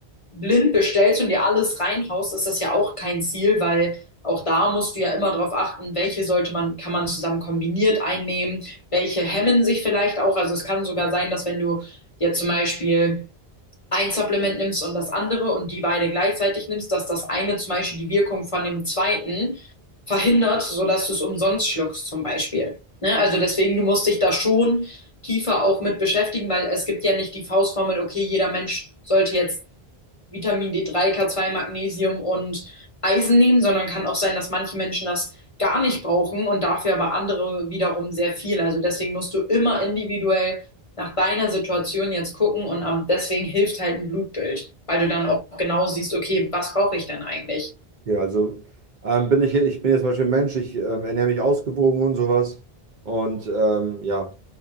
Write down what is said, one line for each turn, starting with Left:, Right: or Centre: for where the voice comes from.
Left: blind bestellst und dir alles reinhaust, ist das ja auch kein Ziel, weil auch da musst du ja immer darauf achten, welche sollte man, kann man zusammen kombiniert einnehmen, welche hemmen sich vielleicht auch. Also es kann sogar sein, dass wenn du jetzt zum Beispiel ein Supplement nimmst und das andere und die beide gleichzeitig nimmst, dass das eine zum Beispiel die Wirkung von dem zweiten verhindert, sodass du es umsonst schluckst zum Beispiel. Ne? Also deswegen, du musst dich da schon tiefer auch mit beschäftigen, weil es gibt ja nicht die Faustformel, okay, jeder Mensch sollte jetzt Vitamin D3, K2, Magnesium und Eisen nehmen, sondern kann auch sein, dass manche Menschen das gar nicht brauchen und dafür aber andere wiederum sehr viel. Also deswegen musst du immer individuell nach deiner Situation jetzt gucken und am, deswegen hilft halt ein Blutbild, weil du dann auch genau siehst, okay, was brauche ich denn eigentlich?
Right: Okay, also ähm, bin ich, ich bin jetzt zum Beispiel ein Mensch, ich ähm, ernähre mich ausgewogen und sowas und ähm, ja,